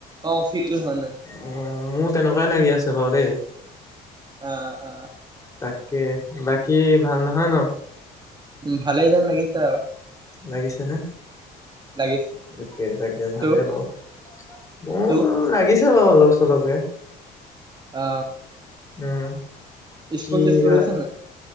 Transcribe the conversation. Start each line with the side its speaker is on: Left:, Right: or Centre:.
Right: অ ফিলটো হোৱা নাই <unintelligible>
Left: অ মোৰ তেনেকুৱাই লাগি আছে বাৰু দেই
Right: অ অ।
Left: তাকে বাকী ভাল নহয় ন।
Right: ভালেই যেন লাগিছে আও
Left: লাগিছে নে?
Right: লাগিছে
Left: তাকে তাকে ভালে
Right: ত
Left: বাৰু মোৰ
Right: ত
Left: লাগিছে। অলপ চলপে।
Right: অ।
Left: উম
Right: স্কুল
Left: কি
Right: চিস্কুল
Left: হয়
Right: গৈছ নাই